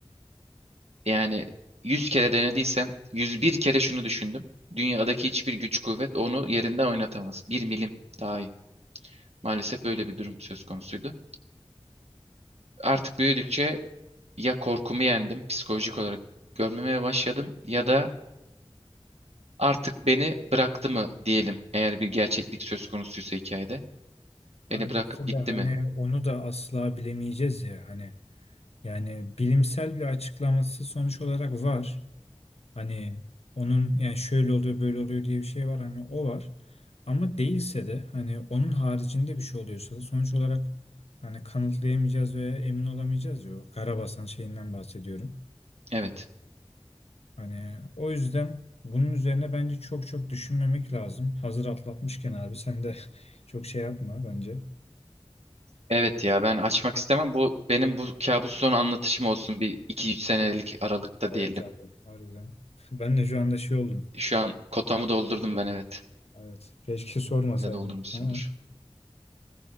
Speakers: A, on the right; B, on the left.
A: Yani 100 kere denediysem 101 kere şunu düşündüm. Dünyadaki hiçbir güç kuvvet onu yerinden oynatamaz. Bir milim dahi. Maalesef böyle bir durum söz konusuydu. Artık büyüdükçe ya korkumu yendim, psikolojik olarak görmemeye başladım ya da artık beni bıraktı mı diyelim eğer bir gerçeklik söz konusuysa hikayede.
B: Abi
A: Beni bırakıp
B: mesela
A: gitti
B: hani
A: mi?
B: onu da asla bilemeyeceğiz ya hani yani bilimsel bir açıklaması sonuç olarak var. Hani onun yani şöyle oluyor böyle oluyor diye bir şey var hani o var. Ama değilse de hani onun haricinde bir şey oluyorsa da sonuç olarak hani kanıtlayamayacağız ve emin olamayacağız ya o Karabasan şeyinden bahsediyorum.
A: Evet.
B: Hani o yüzden bunun üzerine bence çok çok düşünmemek lazım. Hazır atlatmışken abi sen de <laughs> çok şey yapma bence.
A: Evet ya ben açmak istemem. Bu benim bu kabus son anlatışım olsun bir iki üç senelik aralıkta
B: Evet
A: diyelim.
B: abi harbiden. <laughs> Ben de şu anda şey oldum.
A: Şu an kotamı doldurdum ben evet.
B: Evet. Keşke sormasaydım
A: de doldurmuşsundur.
B: ama